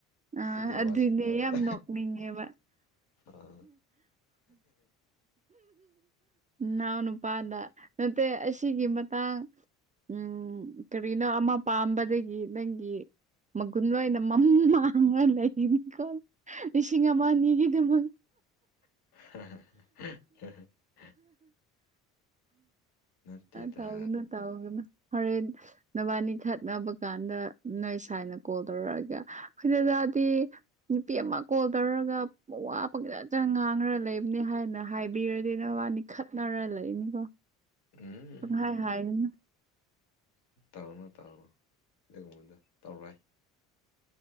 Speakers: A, on the right; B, on the left.
A: ꯑ
B: ꯁꯤꯒꯤ ꯋꯥꯁꯦ
A: ꯑꯗꯨꯅꯦ
B: ꯇꯥꯕꯗ
A: ꯌꯥꯝ ꯅꯣꯛꯅꯤꯡꯉꯦꯕ
B: ꯑꯥ
A: ꯅꯅꯥꯎ ꯅꯨꯄꯥꯅ ꯅꯠꯇꯦ ꯑꯁꯤꯒꯤ ꯃꯇꯥꯡ ꯎꯝ ꯀꯔꯤꯅꯣ ꯑꯃ ꯄꯥꯝꯕꯗꯒꯤ ꯅꯪꯒꯤ ꯃꯒꯨꯟ ꯂꯣꯏꯅ ꯃꯝ ꯃꯥꯡꯂꯒ ꯂꯩꯅꯤ ꯒꯣ ꯂꯤꯁꯤꯡ ꯑꯃ ꯑꯅꯤꯒꯤꯗꯃꯛ
B: <unintelligible> ꯅꯠꯇꯦꯗ
A: ꯇꯥꯎꯒꯅꯨ ꯇꯥꯎꯒꯅꯨ ꯍꯣꯔꯦꯟ ꯅꯕꯥꯅꯤ ꯈꯠꯅꯕ ꯀꯥꯟꯗ ꯅꯣꯏ ꯁꯥꯏꯅ ꯀꯣꯜ ꯇꯧꯔꯛꯑꯒ ꯈꯣꯏ ꯗꯗꯥꯗꯤ ꯅꯨꯄꯤ ꯑꯃ ꯀꯣꯜ ꯇꯧꯔꯒ ꯋꯥ ꯄꯪꯆꯠ ꯆꯠ ꯉꯥꯡꯔ ꯂꯩꯕꯅꯦ ꯍꯥꯏꯅ ꯍꯥꯏꯕꯤꯔꯗꯤ ꯅꯕꯥꯅꯤ ꯈꯠꯅꯔ ꯂꯩꯅꯤꯀꯣ
B: ꯎꯝ
A: ꯄꯪꯍꯥꯏ ꯍꯥꯏꯔꯅꯨ
B: ꯎꯝ ꯇꯧꯅꯨ ꯇꯧꯅꯨ ꯑꯗꯨꯒꯨꯝꯕꯗꯣ ꯇꯧꯔꯣꯏ